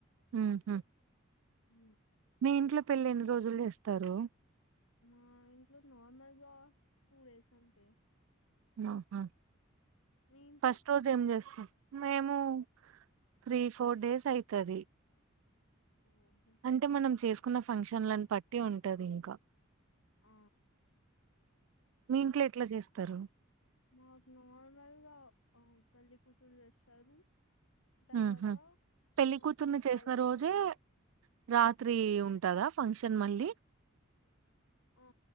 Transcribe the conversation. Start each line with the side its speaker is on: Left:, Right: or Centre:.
Right: ఊహు
Left: ఉ
Right: మీ ఇంట్లో పెళ్లి ఎన్ని రోజులు జేస్తారు
Left: మా ఇంట్లో నార్మల్గా టూ డేస్ అంతే
Right: ఆహా
Left: మీ ఇంట్లో
Right: ఫస్ట్ రోజు ఏం జేస్స మేము త్రీ ఫోర్ డేస్ అయితుది
Left: ఓహో
Right: అంటే మనం చేసుకున్న ఫంక్షన్లను బట్టి ఉంటది ఇంకా
Left: ఆ
Right: మీ ఇంట్లో ఎట్లా జేస్తారు?
Left: మాకు నార్మల్గా పెల్ల కూతుర జేస్తారు తర్వాత
Right: హుహు. పెళ్లి
Left: ఆ
Right: కూతుర్ని చేసిన
Left: వాళ్ళకు
Right: రోజే రాత్రి
Left: ఆ
Right: ఉంటదా ఫంక్షన్ మళ్ళీ
Left: ఆ